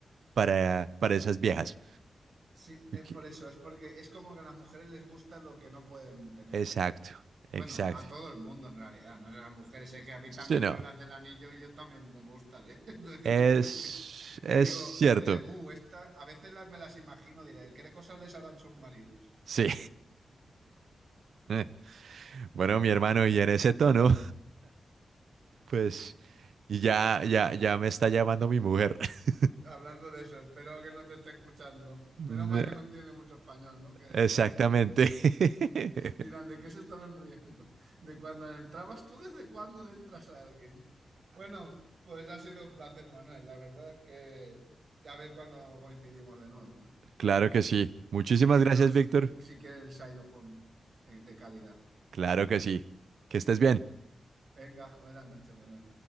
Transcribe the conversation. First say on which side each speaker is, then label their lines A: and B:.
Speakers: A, on the right; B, on the right.
A: para, para esas viejas.
B: Sí, es
A: Ok,
B: por eso, es porque es como que a las mujeres les gusta lo que no pueden tener.
A: Exacto, exacto.
B: Bueno, a todo el mundo en realidad, ¿no? O sea, las mujeres, sé que a mí
A: Sí,
B: también
A: no,
B: veo las del anillo y yo también me gustaré. <laughs> Entonces, creo
A: es,
B: que, que
A: es
B: digo,
A: cierto,
B: diré, uh, esta, a veces las, me las imagino, diré, ¿qué cosas les harán sus maridos?
A: sí. <laughs> Bueno, mi hermano, y en ese tono, pues ya, ya, ya me está llamando mi mujer. <laughs>
B: Hablando de eso, espero que no te esté escuchando.
A: No,
B: Menos mal que no entiende mucho español, ¿no? Que decía,
A: Exactamente. <laughs>
B: dirán, ¿de qué se estarán riendo? ¿De cuando le entrabas tú? ¿Desde cuándo le entras a alguien? Bueno, pues ha sido un placer, Manuel. La verdad es que, a ver cuándo coincidimos de nuevo, ¿eh?
A: Claro que sí.
B: Sí,
A: Muchísimas
B: sí, en
A: gracias,
B: los,
A: Víctor.
B: sí que el xilofón eh, de calidad.
A: Claro que sí. Que estés bien.
B: Venga, buenas noches, Manuel.